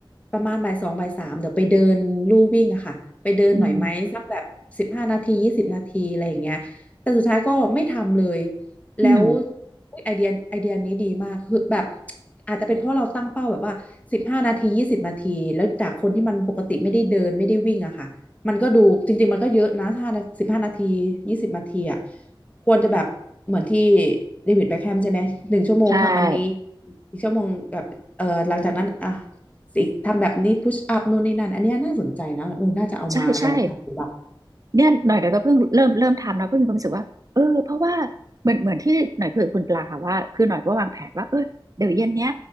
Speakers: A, on the left; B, on the right.
A: ประมาณบ่ายสองบ่ายสามเดี๋ยวไปเดินลู่วิ่งอะค่ะไปเดินหน่อยไหมสักแบบสิบห้านาทียี่สิบนาทีอะไรอย่างเงี้ยแต่สุดท้ายก็ไม่ทำเลย
B: อืม
A: แล้ว
B: อืม
A: อุ๊ยไอเดียไอเดียนี้ดีมากคือแบบอาจจะเป็นเพราะเราตั้งเป้าแบบว่าสิบห้านาทียี่สิบนาทีแล้วจากคนที่มันปกติไม่ได้เดินไม่ได้วิ่งอะค่ะมันก็ดูจริงๆมันก็เยอะนะถ้าสิบห้านาทียี่สิบนาทีอะควรจะแบบเหมือนที่เดวิดแบ็คแฮมใช่ไหมหนึ่งชั่วโมงทำอันนี้
B: ใช่
A: อีกชั่วโมงแบบเออหลังจากนั้นอ่ะอีกทำแบบนี้พุชอัพนู่นนี่นั่นอันเนี้ยน่าสนใจนะเออน่าจะเอามาลองทำดูบ้าง
B: ใช่ใช่ เนี่ยหน่อยเดี๋ยวก็เพิ่งเริ่มเริ่มทำแล้วเพิ่งมีความรู้สึกว่าเออเพราะว่าเหมือนเหมือนที่หน่อยคุยกับคุณปลาค่ะว่าคือหน่อยก็วางแผนว่าเออเดี๋ยวเย็นเนี้ย